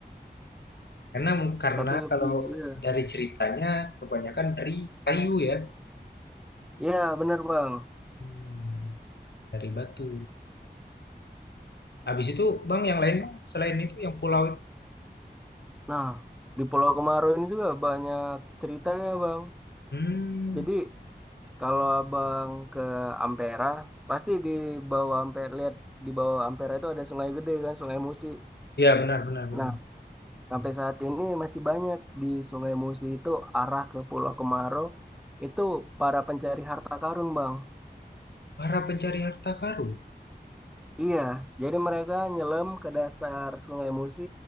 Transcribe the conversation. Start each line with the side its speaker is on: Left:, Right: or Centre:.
Left: Karena karena
Centre: Tapi lebih
Left: kalau
Centre: iya.
Left: dari ceritanya kebanyakan dari kayu ya
Centre: Iya benar bang.
Left: Mmm, dari Batu. Habis itu, Bang, yang lain, Bang, selain itu yang pulau itu?
Centre: Nah di Pulau Kemaru ini juga banyak ceritanya bang.
Left: Mmm,
Centre: Jadi Kalau abang ke Ampera, pasti di bawah Ampera lihat di bawah Ampera itu ada sungai gede kan, Sungai Musi.
Left: iya benar benar benar.
Centre: Nah, sampai saat ini masih banyak di Sungai Musi itu arah ke Pulau Kemaro itu para pencari harta karun, Bang.
Left: Para pencari harta karun?
Centre: Iya, jadi mereka nyelam ke dasar Sungai Musi